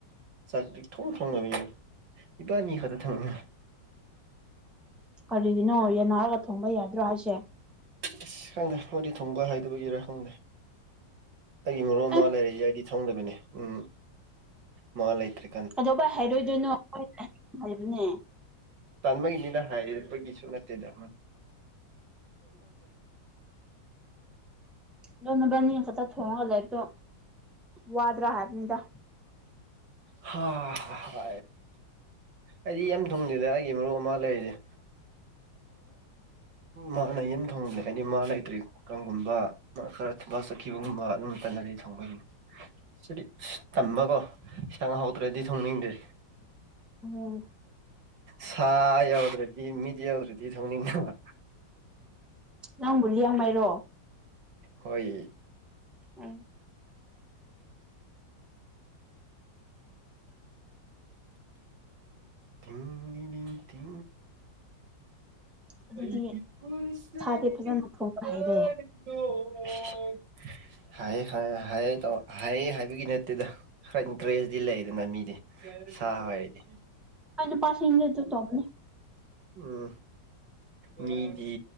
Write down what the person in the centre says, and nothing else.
ꯀꯔꯤꯒꯤꯅꯣ ꯌꯥꯟꯅꯔꯒ ꯊꯣꯡꯕ ꯌꯥꯗ꯭ꯔꯣ ꯍꯥꯏꯁꯦ
ꯑꯦ
ꯀꯩꯗꯧꯕꯩ ꯍꯥꯏꯔꯣꯏꯗꯣꯏꯅꯣ ꯍꯥꯏꯕꯅꯦ
ꯂꯕꯅꯤ ꯊꯣꯡꯍꯜꯂꯦꯛꯇꯣ ꯋꯥꯗ꯭ꯔꯥ ꯍꯥꯏꯕꯅꯤꯗ
ꯎꯝ
ꯅꯪꯕꯨꯜꯂꯤ ꯌꯥꯝꯃꯥꯏꯔꯣ
ꯑ
ꯑꯗꯨꯗꯤ
ꯁꯥꯗꯤ ꯐꯖꯅ ꯊꯣꯡꯕ
ꯍꯩꯔꯦ
ꯑꯩ ꯅꯨꯄꯥꯁꯤꯡꯗꯤ ꯑꯗꯨ ꯇꯧꯕꯅꯤ